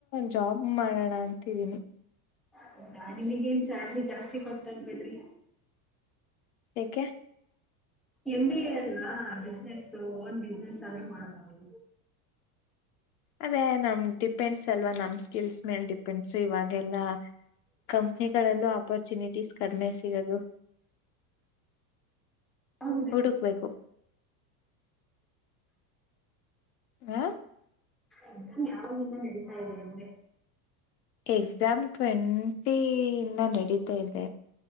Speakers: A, on the left (about 70°); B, in the centre.
A: ಜಾಬ್ ಮಾಡೋಣ ಅಂತ ಅಂತಿದ್ದೀನಿ
B: ಹೌದಾ ನಿಮಗೇನ್ ಸ್ಯಾಲ್ರಿ ಜಾಸ್ತಿ ಕೊಡ್ತಾನ್ ಬೀಡ್ರಿ
A: ಏಕೆ
B: ಎಂ ಬಿ ಎ ಅಲ್ವಾ ಬಿಸ್ನೆಸ್ ಓನ್ ಬಿಸ್ನೆಸ್ ಅದ್ರು ಮಾಡಬಹುದು
A: ಅದೇ ನಮ್ಟಿ ಡಿಪೆಂಡಸ್ ಅಲ್ವಾ ನಮ್ಮ ಸ್ಕಿಲ್ಸ್ ಮೇಲ್ ಡಿಪೆಂಡ್ಸ್ ಇವಾಗೆಲ್ಲ ಕಂಪ್ನಿಗಳಲ್ಲೂ ಅಪರ್ಚುನಿಟೀಸ್ ಕಡಿಮೆ ಸಿಗದು
B: ಹೌದಾ
A: ಹುಡುಕಬೇಕು ಹ
B: ಎಕ್ಸಾಮ್ ಯಾವಗ ಇಂದಾ ನಡೀತಾ ಇದೆ ಅಂದೇ
A: ಎಕ್ಸಾಮ್ ಟ್ವೆಂಟಿಯಿಂದ ನಡೀತ ದೇ